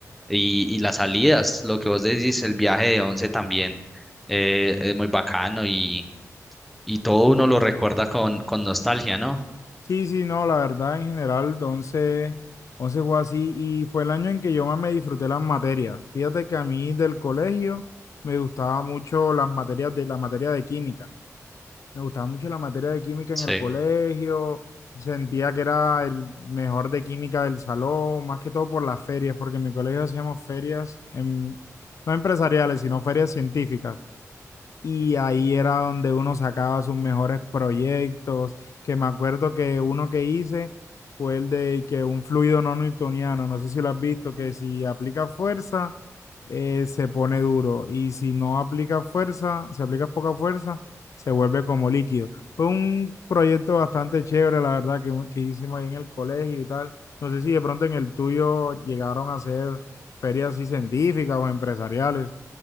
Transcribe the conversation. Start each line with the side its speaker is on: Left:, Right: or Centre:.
Centre: y, y las salidas, lo que vos decís, el viaje de once también eh, es muy bacano y, y todo uno lo recuerda con, con nostalgia, ¿no?
Left: Sí, sí, no, la verdad en general, once once fue así y fue el año en que yo más me disfruté las materias. Fíjate que a mí del colegio me gustaba mucho las materias de la materia de química. Me gustaba mucho la materia de química
Centre: Sí.
Left: en el colegio, sentía que era el mejor de química del salón, más que todo por las ferias, porque en mi colegio hacíamos ferias, en- no empresariales, sino ferias científicas y ahí era donde uno sacaba sus mejores proyectos, que me acuerdo que uno que hice fue el de que un fluido no newtoniano, no sé si lo has visto, que si aplica fuerza, eh, se pone duro y si no aplica fuerza, si aplicas poca fuerza, se vuelve como líquido. Fue un proyecto bastante chévere, la verdad, que, que hicimos ahí en el colegio y tal. No sé si de pronto en el tuyo llegaron a hacer ferias así científicas o empresariales.